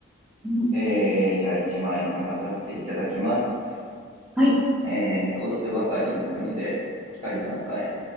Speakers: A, in the centre; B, on the right.
A: うん。
B: えー、じゃあ一枚流させていただきます。
A: はい。
B: えー、踊ってばかりの国で光の中へ。